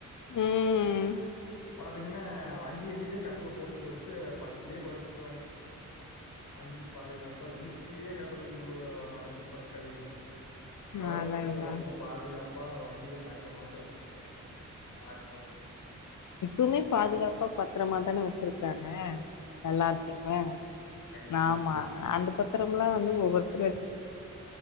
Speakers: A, on the left (about 70°); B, on the left (about 90°).
A: ம் ம்
B: பாத்தீங்கனா வண்டி அடிலே கட்டல போட்டு படுத்து பக்கத்துலயே படுத்துக்குவாங்க வண்டிக்கு பாதுகாப்பா வீட்டுக்குள்ளேயே கட்டலக் கொண்டு வந்து வண்டிக்கு பக்கத்தலைங்க அந்த
A: ம்
B: அளவுக்கு
A: அதா அதா
B: ரொம்ப பாதுகாப்பா வண்டிய தங்க மாட்டோ வச்சிருந்தாங்க பாத்து பாத்துங்க
A: இப்புமே பாதுகாப்பா பத்தரமா தான வச்சிருக்காங்க எல்லாத்தயுமே
B: கண்டிப்பா
A: ஆமா அந்த பத்திரம்லா வந்து ஒவ்வொருத்தர் வச்சிருக்